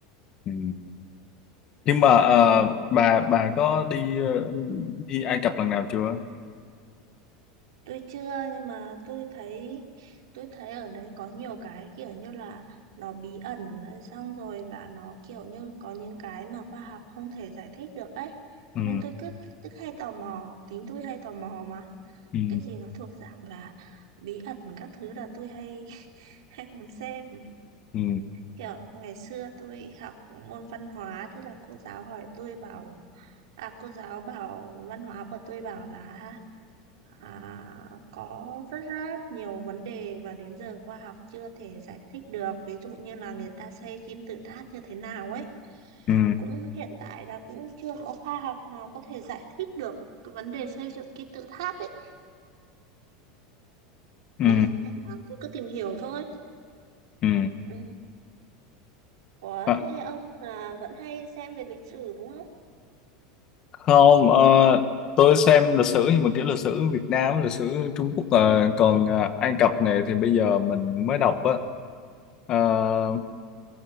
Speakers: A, on the left; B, on the right.
A: Ừ. Nhưng mà
B: Mà
A: ờ,
B: người
A: bà bà có đi ờ, đi Ai Cập lần nào chưa?
B: tôi chưa nhưng mà tôi thấy tôi thấy ở đấy có nhiều cái kiểu như là nó bí ẩn xong rồi là nó kiểu như có những cái mà khoa học không thể giải thích được ấy
A: Ừ.
B: nên tôi cứ cứ hay tò mò tính tôi hay tò mò mà
A: Ừ.
B: cái gì nó thuộc dạng là bí ẩn các thứ là tôi hay <laughs> hay muốn xem
A: Ừ.
B: kiểu ngày xưa tôi học môn văn hóa thế là cô giáo hỏi tôi bảo à cô giáo bảo văn hóa của tôi bảo là À, có rất rất nhiều vấn đề mà đến giờ khoa học chưa thể giải thích được ví dụ như là người ta xây kim tự tháp như thế nào ấy
A: Ừ.
B: cũng hiện tại là cũng chưa có khoa học nào có thể giải thích được cái vấn đề xây dựng kim tự tháp ấy
A: Ừ.
B: đấy nên là tôi cứ tìm hiểu thôi
A: Ừ.
B: ừ. Ủa
A: À,
B: thế ông là vẫn hay xem về lịch sử đúng không
A: không ờ, tôi xem lịch sử nhưng mà kiểu lịch sử Việt Nam, lịch sử Trung Quốc ờ, còn ờ, Ai Cập này thì bây giờ mình mới đọc á. Ờ,